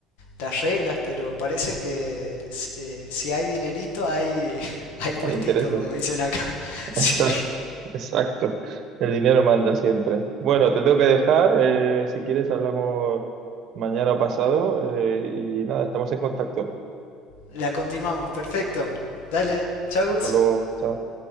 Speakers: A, on the left; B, on the right.
A: las reglas, pero parece que eh, si hay dinerito, hay, <laughs> hay puestito,
B: hay intereses.
A: como dicen acá. <laughs>
B: <laughs>
A: Sí.
B: Exacto, exacto. El dinero manda siempre. Bueno, te tengo que dejar. eh, si quieres, hablamos mañana o pasado. eh, y nada, estamos en contacto.
A: La continuamos, perfecto. Dale, chau
B: Hasta
A: Gus.
B: luego. Chao.